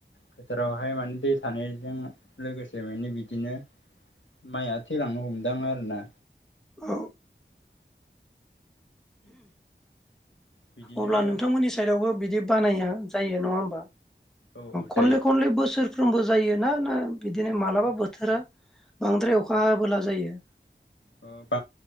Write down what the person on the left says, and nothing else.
फोथारावहाय माने दै थानायजों लोगोसे माने बिदिनो। माइया थैेलांनो हमदों आरो ना।
बिदिनो
औ औ जायो
औ
औ